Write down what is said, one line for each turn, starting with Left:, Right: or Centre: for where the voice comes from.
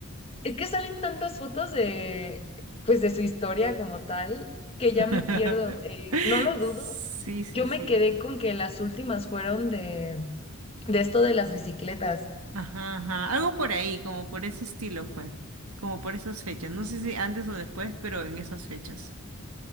Left: es que salen tantas fotos de, pues, de su historia como tal, que ya
Right: <laughs>
Left: me pierdo. eh, no lo
Right: Sí,
Left: dudo.
Right: sí,
Left: Yo
Right: sí.
Left: me quedé con que las últimas fueron de, de esto de las bicicletas.
Right: Ajá, ajá. Algo por ahí, como por ese estilo fue. Como por esas fechas. No sé si antes o después, pero en esas fechas.